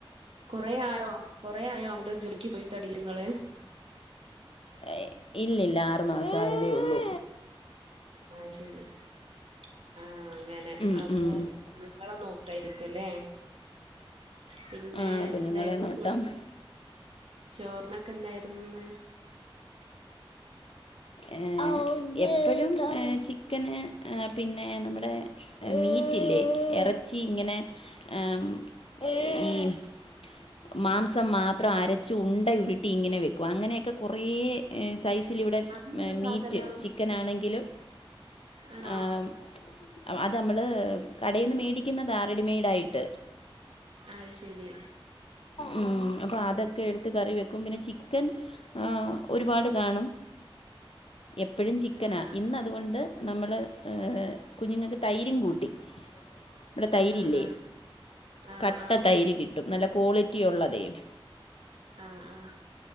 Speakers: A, on the right (about 75°); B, on the left (about 75°).
A: കൊറേ ആറോ കൊറേ ആയോ <unintelligible> ജോലിക്ക് പോയി തൊടങ്ങിങ്ങള്
B: എ ഇല്ല ഇല്ല ആറു മാസം ആയതേ ഉള്ളൂ
A: <unintelligible> ആ അങ്ങനെ
B: ഉം,
A: അപ്പൊ
B: ഉം.
A: <unintelligible> നോക്കായിരിക്കും ല്ലേ പിന്നെ
B: ആ കുഞ്ഞുങ്ങളെ
A: <unintelligible>
B: നോട്ടം
A: ഫുഡ് ചോറിനൊക്കെ എന്തായിരുന്നുന്ന്
B: എ എപ്പഴും ഏ ചിക്കന് എ പിന്നെ നമ്മുടെ മീറ്റില്ലേ എറച്ചി ഇങ്ങനെ എ ഉം <unintelligible> മാംസം മാത്രം അരച്ചു ഉണ്ട ഉരുട്ടി ഇങ്ങനെ വെക്കും അങ്ങനെയൊക്കെ കൊറേ സൈസ്ൽ <unintelligible> <unintelligible>
A: അതെന്താ
B: മീറ്റ്
A: സാധനം
B: ചിക്കനാണെങ്കിലും
A: ആണോ
B: എ ഉം അത് മ്മള് കടേന്ന് മേടിക്കുന്നതാ റെഡിമൈടായിട്ട്
A: അയ്ശരി
B: ഉം അപ്പൊ അതൊക്കെ എടുത്ത് കറി വെക്കും പിന്നെ ചിക്കൻ എ ഒരുപാട് കാണും എപ്പഴും ചിക്കനാ
A: ആഹ് ആഹ്
B: ഇന്ന് അതുകൊണ്ട് നമ്മള് എ കുഞ്ഞുങ്ങൾക്ക് തൈരും കൂട്ടി <unintelligible> തൈരില്ലേ
A: ആഹ് ആഹ് ആഹ്
B: കട്ട
A: ആഹ്
B: തൈര് കിട്ടും നല്ല ക്വാളിറ്റി ഒള്ള <unintelligible>
A: ആ ആ